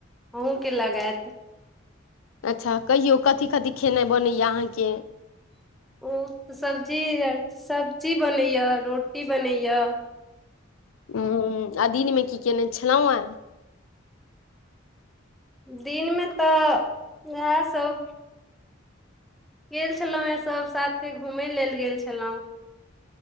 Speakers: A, in the centre; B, on the left.
A: अहूँके लगाएत।
B: अच्छा कहियौ कथी-कथी खेनाय बनै या अहाँके।
A: उ सब्जी आर सब्जी बनै या रोटी बनै या।
B: उम्म आ दिनमे की केने छलौ आयं।
A: दिन मे ते उहाए सब गेल छलौ या सब साथे घूमय लेल गेल छलौ।